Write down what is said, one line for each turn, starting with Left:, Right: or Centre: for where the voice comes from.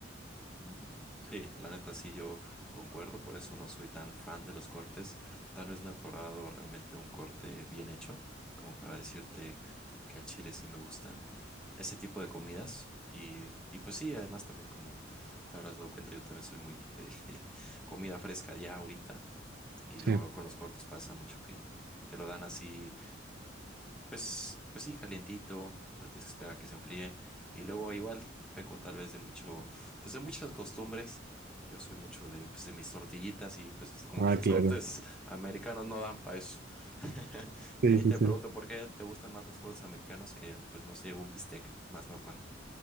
Centre: Mm, Sí, la neta sí, yo concuerdo, por eso no soy tan fan de los cortes. Tal vez no he probado realmente un corte bien hecho, como para decirte que al chile sí me gustan ese tipo de comidas. Y, y pues sí, además también como te habrás dado cuenta, yo también soy muy <laughs> de comida fresca ya ahorita. Y
Right: Sí.
Centre: luego con los cortes pasa mucho que te lo dan así pues, pues sí, calientito, pero tienes que esperar a que se enfríe. Y luego igual, peco tal vez de mucho, pues de muchas costumbres. Yo soy mucho de, pues de mis tortillitas y pues como
Right: Ah,
Centre: que los
Right: claro.
Centre: cortes americanos no dan para eso. <laughs>
Right: Sí,
Centre: Y ahí
Right: sí,
Centre: te
Right: sí.
Centre: pregunto por qué te gustan más los cortes americanos que, pues no sé, un bistec más normal.